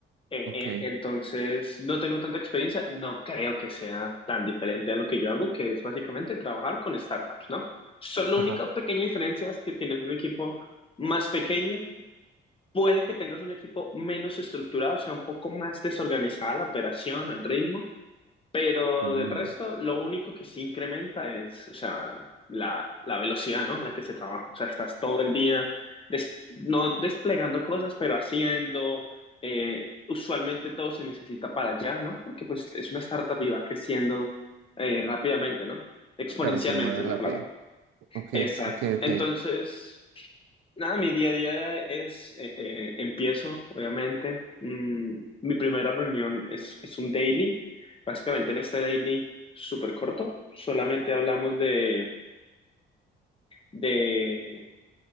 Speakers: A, on the left; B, on the right.
A: Eh,
B: Ok.
A: eh, entonces, no tengo tanta experiencia, no creo que sea tan diferente a lo que yo hago, que es básicamente trabajar con startups, ¿no? Solo la
B: Ajá,
A: única pequeña diferencia es que tienes un equipo más pequeño, puede que tengas un equipo menos estructurado, o sea, un poco más desorganizada la operación, el ritmo pero
B: Uh,
A: del resto, lo único que sí incrementa es, o sea, la, la velocidad, ¿no? En la que se trabaja. O sea, estás todo el día, des- no desplegando cosas, pero haciendo. eh, usualmente todo se necesita para allá, ¿no? Porque pues es una startup y va creciendo eh, rápidamente, ¿no? Exponencialmente
B: claro, se mueve
A: es
B: rápido.
A: la palabra.
B: Ok,
A: Exacto.
B: ok, ok.
A: Entonces, nada, mi día a día es, eh, eh, empiezo, obviamente. Mm, mi primera reunión es, es un daily. Básicamente en este daily súper corto, solamente hablamos de, de